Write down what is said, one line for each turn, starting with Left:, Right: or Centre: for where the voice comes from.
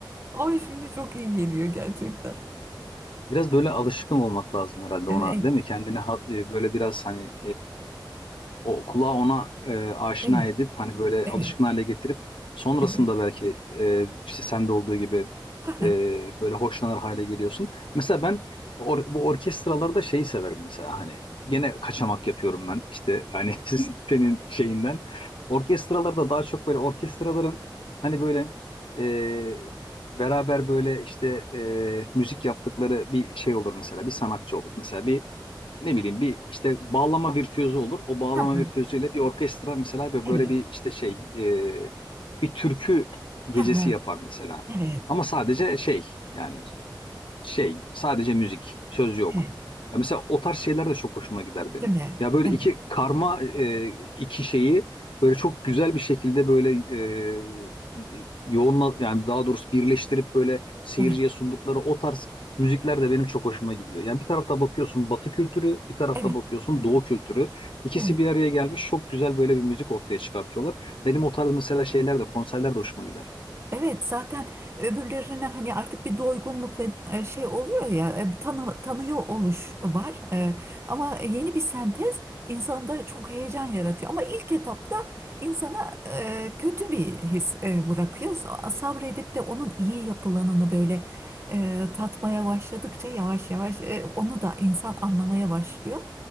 Right: Ama şimdi çok iyi geliyor gerçekten.
Left: Biraz böyle alışkın olmak lazım herhalde
Right: Evet,
Left: ona değil mi? Kendini ha- e, böyle biraz hani o kulağı ona e, aşina
Right: evet,
Left: edip hani böyle
Right: evet,
Left: alışkın hale getirip sonrasında
Right: Evet.
Left: belki e, işte sende olduğu gibi
Right: Ha ha.
Left: e, böyle hoşlanır hale geliyorsun. Mesela ben or- bu orkestralarda şeyi severim mesela hani gene kaçamak yapıyorum ben işte hani <laughs> siz- senin şeyinden. Orkestralarda daha çok böyle orkestraların hani böyle e, beraber böyle işte e, müzik yaptıkları bir şey olur mesela bir sanatçı olur. Mesela bir ne bileyim bir işte bağlama virtüözü olur. O bağlama
Right: ha ha,
Left: virtüözüyle bir orkestra mesela ve
Right: evet,
Left: böyle bir işte şey e, bir türkü
Right: ha
Left: gecesi
Right: ha,
Left: yapar mesela.
Right: evet,
Left: Ama sadece şey yani şey sadece müzik söz yok.
Right: evet.
Left: Ya mesela o tarz şeyler de çok hoşuma gider benim.
Right: Değil mi?
Left: Ya böyle
Right: Evet,
Left: iki karma e, iki şeyi böyle çok güzel bir şekilde böyle e, e, yoğunla yani daha doğrusu birleştirip böyle seyirciye
Right: evet,
Left: sundukları o tarz Müzikler de benim çok hoşuma gidiyor. Yani bir tarafta bakıyorsun Batı kültürü, bir tarafta
Right: evet,
Left: bakıyorsun Doğu kültürü. İkisi
Right: evet.
Left: bir araya gelmiş çok güzel böyle bir müzik ortaya çıkartıyorlar. Benim o tarz mesela şeyler de konserler de hoşuma gider.
Right: Evet, zaten öbürlerine hani artık bir doygunluk ve e, şey oluyor ya e, tanı, tanıyor oluş var. E, ama yeni bir sentez insanda çok heyecan yaratıyor. Ama ilk etapta insana e, kötü bir his e, bırakıyor. Sabredip de onun iyi yapılanını böyle e, tatmaya başladıkça yavaş yavaş e, onu da insan anlamaya başlıyor.